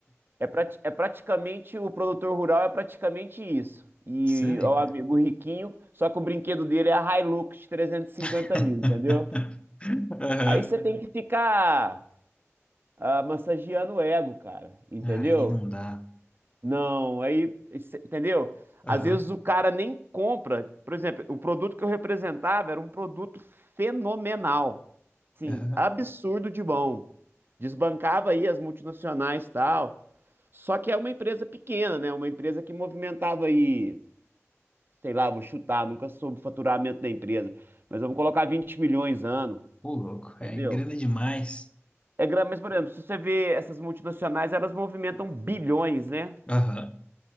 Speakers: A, on the right (about 45°); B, on the left (about 25°).
A: É, prati- é praticamente, o produtor rural é praticamente isso. E
B: Sério,
A: o
B: cara.
A: amigo riquinho, só que o brinquedo dele é a Hilux de 350
B: <laughs>
A: mil, entendeu?
B: Aham.
A: Aí você tem que ficar ah, massageando o ego, cara, entendeu?
B: Aí não dá.
A: Não, aí, isso- entendeu?
B: Aham,
A: Às vezes o cara nem compra. Por exemplo, o produto que eu representava era um produto fenomenal. Sim,
B: aham.
A: absurdo de bom. Desbancava aí as multinacionais e tal. Só que é uma empresa pequena, né? Uma empresa que movimentava aí, sei lá, vou chutar, nunca soube o faturamento da empresa, mas vamos colocar 20 milhões ano,
B: Ô, louco,
A: entendeu?
B: é grana demais.
A: É grande, mas, por exemplo, se você vê essas multinacionais, elas movimentam bilhões, né?
B: Aham,